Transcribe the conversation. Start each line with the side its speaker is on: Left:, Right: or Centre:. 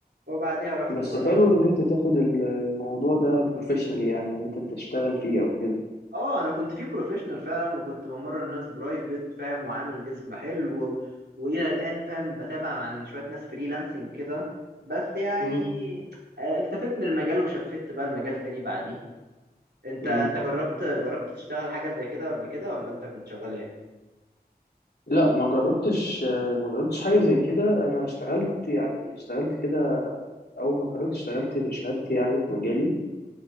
Right: وبعديها رحت
Left: بس
Right: جربت
Left: حلو ان انت تاخد ال- الموضوع ده بروفيشنال يعني ان انت تشتغل فيه او كده
Right: اه انا كنت في بروفيشنال فعلا وكنت بمرن الناس برايفت فاهم وعامل جسم حلو و... والى الان فاهم بتابع عن شويه ناس فريلانسنج كده بس يعني
Left: امم
Right: آه، اكتفيت من المجال وشفت بقى المجال تاني بعديه انت
Left: امم
Right: انت جربت جربت تشتغل حاجه زي كده قبل كده ولا انت كنت شغال ايه
Left: لا ما جربتش ما جربتش حاجة زي كده انا اشتغلت يعني اشتغلت كده اول ما اتخرجت اشتغلت في شهادتي يعني في مجالي